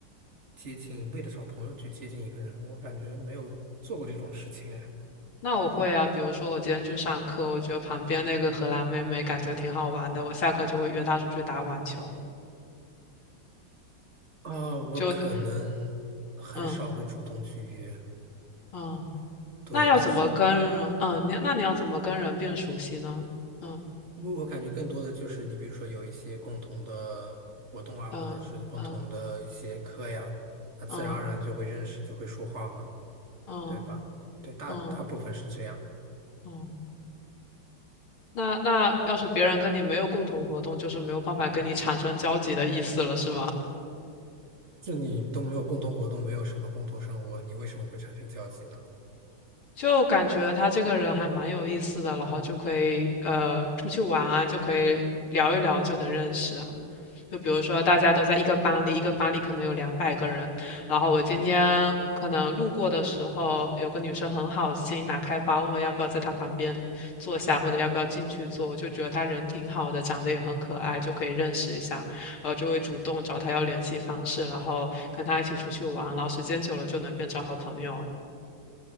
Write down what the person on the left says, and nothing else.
那我会啊，比如说我今天去上课，我觉得旁边那个荷兰妹妹感觉挺好玩的，我下课就会约她出去打网球。
就嗯嗯，
那要怎么跟人嗯你那你要怎么跟人变熟悉呢？
嗯
嗯嗯
嗯
嗯
嗯。嗯哦，那那要是别人跟你没有共同活动，就是没有办法跟你产生交集的意思了，是吗？
就感觉他这个人还蛮有意思的，然后就可以呃出去玩啊，就可以聊一聊，就能认识啊。就比如说，大家都在一个班里，一个班里可能有两百个人。然后我今天可能路过的时候，有个女生很好心拿开包，问我要不要在她旁边坐下，或者要不要进去坐。我就觉得她人挺好的，长得也很可爱，就可以认识一下。然后就会主动找她要联系方式，然后跟她一起出去玩。然后时间久了就能变成好朋友啊